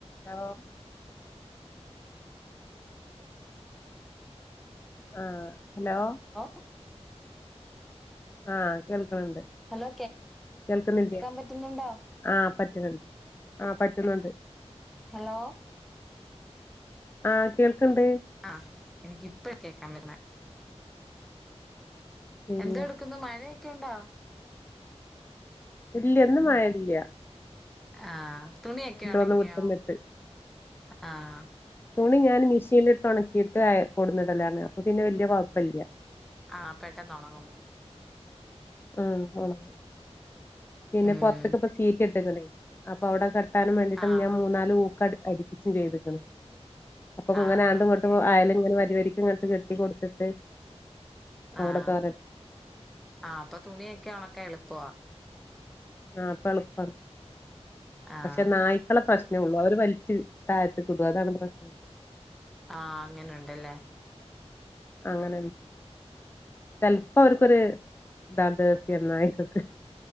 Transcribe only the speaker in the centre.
ഓ
ഹലോ
കേക്കാൻ പറ്റുന്നുണ്ടോ
ഹലോ
ആഹ് എനിക്ക് ഇപ്പഴാ കേൾക്കാൻ പറ്റ്ന്നേ
എന്ത്‌ എടുക്കുന്നു മഴയൊക്കെയുണ്ടോ
ആഹ് തുണിയൊക്കെ ഉണങ്ങിയോ
ആഹ്
ആഹ് പെട്ടെന്ന് ഒണങ്ങും
ഉം
ആഹ്
ആഹ്
ആഹ്
ആഹ് അപ്പ തുണിയൊക്കെ ഒണക്കാൻ എളുപ്പവാ
ആഹ്
ആഹ് അങ്ങനെയുണ്ടല്ലേ